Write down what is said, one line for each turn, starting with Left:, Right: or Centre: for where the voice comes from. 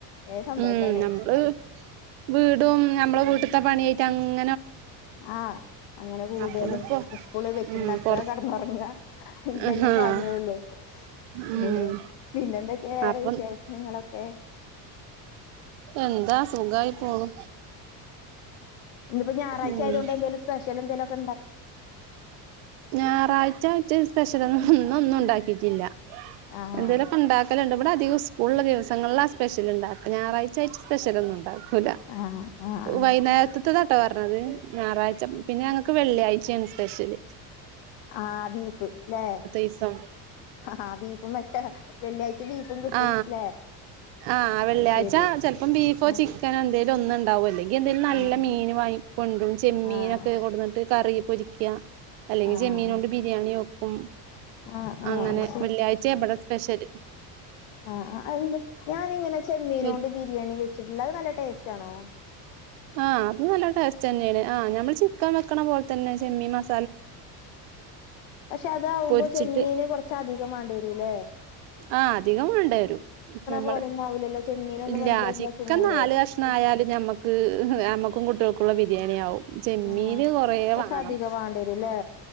Left: ഏഹ് സന്തോഷാണ്
Right: ഉം നമ്മള് വീടും നമ്മളെ വീട്ട <inaudible>
Left: ആ അങ്ങനെ കൂടാണ്
Right: അപ്പൊന്നിപ്പോ
Left: എപ്പോള് വെച്ച്ണ്ടാക്കുക
Right: ഉം പൊറ
Left: കെടന്നുറങ്ങുക ഇതല്ലേ
Right: ആഹ്
Left: പണിയോള്ളൂ
Right: ഉം
Left: ഏ പിന്നെന്തൊക്കെയാ വേറെ
Right: അപ്പം
Left: വിശേഷങ്ങളൊക്കെ
Right: എന്താ സുഖമായി പോണു
Left: ഇന്ന് ഇപ്പാ ഞായറാഴ്ച്ച
Right: ഉം
Left: ആയോണ്ട് സ്പെഷ്യൽ എന്തേലും <inaudible>
Right: ഞായറാഴ്ച ച സ്പ്രഷൽ ആണ് <unintelligible> ഇന്ന്ഒന്നും ഉണ്ടാക്കിട്ടില്ല,
Left: ആഹ്
Right: എന്തേലുമൊക്കെ ഉണ്ടാക്കലുണ്ട് ഇവിടെ അധികം സ്കൂളുള്ള ദിവസങ്ങളിലാ സ്പെഷ്യലുണ്ടാക്ക, ഞറാഴ്ച് സ്പെഷ്യൽ ഒന്നുംണ്ടാവുല. ന്നുല്ല
Left: ആഹ് ആഹ്
Right: വൈകുന്നേരത്തത്തെതാട്ടോ പറഞ്ഞത്. ഞായറാഴ്ച പിന്നെ ഞങ്ങക്ക് വെള്ളിയാഴ്ചയാണ് സ്പെഷ്യൽ.
Left: ആ ബീഫ് ലേ
Right: ദിവസം
Left: ആ ബീഫും മറ്റ വെള്ളിയാഴ്ച ബീഫും കിട്ടും
Right: ആ
Left: ല്ലേ
Right: ആ വെള്ളിയാഴ്ച
Left: അത് ശരി
Right: ചെിലപ്പോ ബീഫോ
Left: ആഹ്
Right: ചിക്കനോ എന്തെങ്കിലും ഒന്ന് ണ്ടാവും അല്ലെങ്കി എന്തെലും നല്ല
Left: ആഹ്
Right: മീൻ വാങ്ങി കൊണ്ടരും, ചെമ്മീനൊക്കെ
Left: ആഹ്
Right: കൊടുന്നിട്ട് കറി പൊരിക്ക അല്ലെങ്കിൽ
Left: ആഹ്
Right: ചെമ്മീനോണ്ട് ബിരിയാണി വെക്കും,
Left: ആഹ് ആഹ്
Right: അങ്ങനെ വെള്ളിയാഴ്ച ഇവിടെ സ്പെഷ്യൽ.
Left: ആ അ ഞാനിങ്ങനെ ചെമ്മീന
Right: വൽ
Left: കൊണ്ട് ബിരിയാണി വെച്ചിട്ടുള്ള അതു നല്ല ടേസ്റ്റ. ച്ചണോ
Right: ആ അത് നല്ല ടസ്റ്റ് തന്നെയാണ് ആ ഞമ്മൾ ചിക്കൻ വെക്കണ പോലെ തന്നെ. ചെമ്മീൻ മസാ
Left: പക്ഷെ അതാവുമ്പോ
Right: പൊരിച്ചിട്ട്
Left: ചെമ്മീന് കൊറച്ചധികമാണം വരൂലേ
Right: ആ അധികം വേണ്ടിവരും, നമ്മൾ
Left: പോലെയൊന്നും ആവൂലല്ലോ ചെമ്മീനൊന്ന്
Right: ഇല്ല
Left: വെന്ത് കഴിഞ്ഞാ
Right: ചിക്കൻ
Left: ചുങ്ങൂലേ
Right: നാല് കഷണം ആയാലും ഞമ്മക്ക് നമ്മക്കും കുട്ട <inaudible> ക്കുകൾക്കുള്ള ബിരിയാണി ആവും ചെമ്മീൻ
Left: ആഹ്
Right: കുറേ
Left: കൊറച്ച്
Right: വാണം,
Left: അധികം വാണ്ടിവരുംല്ലേ